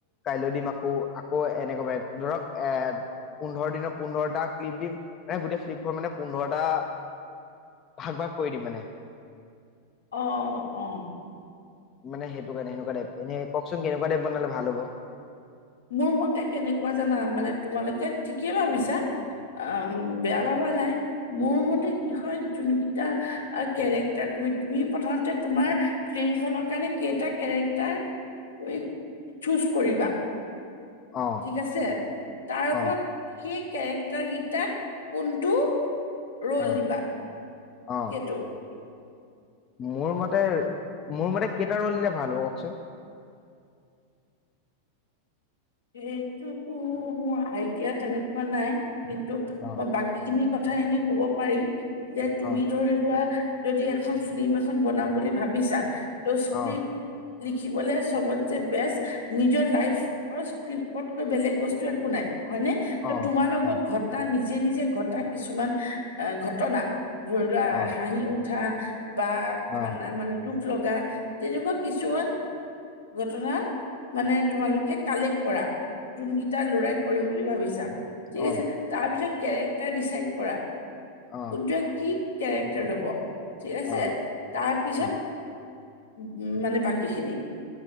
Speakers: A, on the left; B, on the left.
A: কাইলৈ দিম আকৌ আকৌ এনেকুৱা মানে ধৰক এ পোন্ধৰ দিনৰ পোন্ধৰটা ক্লিপ দিম, মানে গোটেই ক্লিপখনৰ মানে পোন্ধৰটা ভাগ ভাগ কৰি দিম মানে।
B: অ' - অ'।
A: মান সেইটো কাৰণে, এনেকুৱা টাইপ। এনে কওঁকচোন কেনেকুৱা টাইপ বনালে ভাল হব?
B: মোৰ মতে কেনেকুৱা জানা, মানে তোমালোকে ঠিকেই ভাবিছা, আম বেয়া ভাবা নাই। মোৰ মতে কি হয়, যোনকেইটা অ'- কেৰেক্টাৰ তুমি- তুমি প্ৰথমতে তোমাৰ ফ্লিমখনৰ কাৰণে কেইটা কেৰেক্টাৰ তুমি চুজ কৰিবা।
A: অ
B: ঠিক আছে? তাৰ ওপৰত
A: অ
B: সেই কেৰেক্টাৰ গিটাক কোনটো ৰোল
A: অ
B: দিবা।
A: অ
B: টো।
A: মোৰ মতে- মোৰ মতে কেইটা ৰোল দিলে ভাল হ'ব কওঁকচোন।
B: সেইটোতো মোৰ আইডিয়া তেনেকুৱা নাই, কিন্তু
A: অ
B: মই বা কীখিনি কথা এনে কব পাৰিম, যে তুমি
A: অ
B: ধৰি লোৱা যদি এখন ফ্লিম এখন বনাম বুলি ভাবিছা, তো স্ক্ৰিপ্ট
A: অ
B: লিখিবলে সবতকে বেষ্ট নিজৰ লাইফ ক্ৰিপতকে বেলেগ বস্তু একো নাই, হয় নে? তো
A: অ
B: তোমাৰ লগত
A: অ অ
B: ঘ টা নিজে - নিজে ঘটা কিছুমান অ'- ঘটনা, ধৰি লোৱা
A: অ
B: হাঁহি উ থা বা কান্দা-
A: অ
B: মানে দুখ লগা তেনেকুৱা কিছুমান ঘটনা মানে তোমালোকে কালেক্ট কৰা, যোনকেইটা ল'ৰাই কৰিম বুলি ভাবিছা, ঠিক
A: অ অ
B: আছে? তাৰপিছত কেৰেক্টাৰ ডিচাইড কৰা।
A: অ
B: কোনটোৱে কি কেৰেক্টাৰ ল'ব? ঠিক আছে?
A: অ',
B: তাৰ পিছত
A: অ',
B: উ- মানে বাকীখিনি।